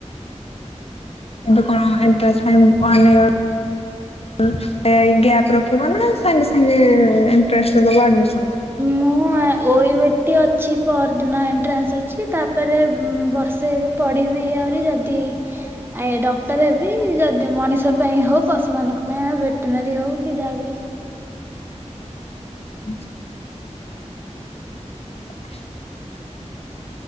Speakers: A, on the left; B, on the right.
A: ଏବେ କଣ ଏଣ୍ଟ୍ରାନ୍ସ ପାଇଁ ୱାନ୍ ଇୟର୍ ଓ ଏ ଗ୍ୟାପ୍ ରଖିବ ନା ସାଙ୍ଗେ ସାଙ୍ଗେ ଏଣ୍ଟ୍ରାନ୍ସ ଟା ଦବ ଆଡମିସ
B: ମୁଁ ଆ ଓଇଏ ଟି ଅଛି ପରଦିନ ଏଣ୍ଟ୍ରାନ୍ସ ଅଛି। ତାପରେ ଉଁ, ବର୍ଷେ ଏବେ ପଢିବି ଆହୁରି ଯଦି ଇ ଆ, ଡକ୍ଟର୍ ହେବି ଯଦି ମଣିଷ ପାଇଁ ହଉ ପଶୁ ମାନଙ୍କ ପାଇଁ ଆଉ ଭେଟେନାରୀ ହଉ। ସେ ଯାହା ବି
A: ଆଚ୍ଛା। <unintelligible>